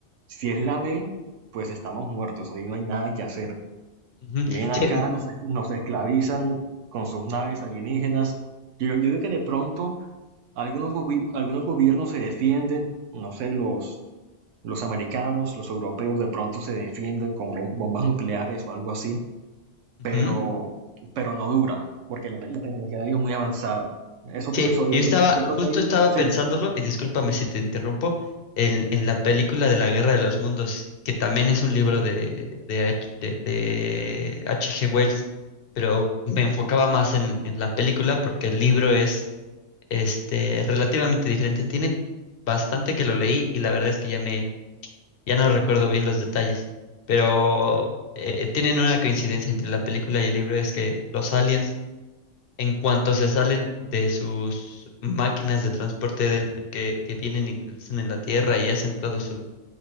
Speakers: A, on the right; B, on the left.
A: Si es la B, pues estamos muertos, ahí no hay nada que hacer.
B: Ujú.
A: Vienen acá,
B: Sí,
A: nos, es- nos esclavizan con sus naves alienígenas. Yo, yo digo que de pronto algunos, gobi- algunos gobiernos se defienden, no sé, los, los americanos, los europeos de pronto se defienden con bom- bombas nucleares o algo así,
B: Ujú.
A: pero, pero no dura, porque la, te- la tecnología de ellos es muy avanzada. Eso
B: Sí,
A: pienso yo,
B: yo
A: yo,
B: estaba,
A: yo creo
B: justo
A: que ahí.
B: estaba
A: Sí,
B: pensándolo, y discúlpame si te interrumpo, en, en la película de la Guerra de los Mundos, que también es un libro de, de, H- de, de H.G. Wells, pero me enfocaba más en, en la película porque el libro es este, relativamente diferente. Tiene bastante que lo leí y la verdad es que ya me, ya no recuerdo bien los detalles, pero eh, tienen una coincidencia entre la película y el libro, es que los aliens En cuanto se salen de sus máquinas de transporte de- que, que vienen y regresan en la Tierra y hacen todo su,